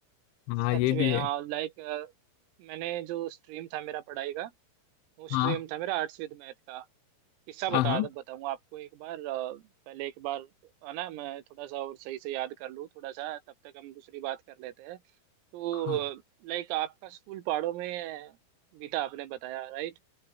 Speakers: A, on the left; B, on the right.
A: हाँ,
B: सच
A: ये
B: में
A: भी है
B: लाइक मैंने जो स्ट्रीम था मेरा पढ़ाई का वो स्ट्रीम
A: हाँ
B: था मेरा आर्ट्स विद मैथ का किस्सा बता
A: हाँ हाँ
B: बताऊं आपको एक बार अ, पहले एक बार है ना मैं थोड़ा सा और सही से याद कर लूँ थोड़ा सा तब तक हम दूसरी बात कर लेते हैं तो
A: हाँ
B: लाइक आपका स्कूल पहाड़ों में बीता आपने बताया राइट